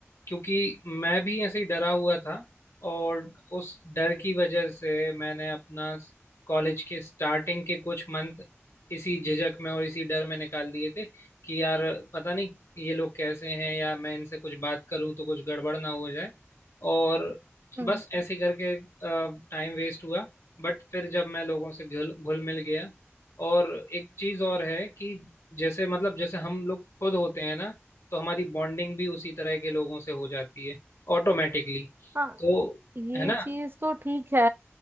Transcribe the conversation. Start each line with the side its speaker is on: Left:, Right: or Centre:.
Left: क्योंकि मैं भी ऐसे ही डरा हुआ था और उस डर की वजह से मैंने अपना कॉलेज के स्टार्टिंग के कुछ मंथ इसी झिझक में और इसी डर में निकाल दिए थे कि यार पता नहीं ये लोग कैसे हैं या मैं इनसे कुछ बात करूं तो कुछ गड़बड़ ना हो जाए और
Right: हम्म
Left: बस ऐसे ही करके टाइम वेस्ट हुआ बट फिर जब मैं लोगों से घुल घुल मिल गया और एक चीज और है कि जैसे मतलब जैसे हम लोग खुद होते हैं ना तो हमारी बॉन्डिंग भी उसी तरह के लोगों से हो जाती है ऑटोमेटिकली
Right: हाँ
Left: तो
Right: ये
Left: है ना
Right: चीज तो ठीक है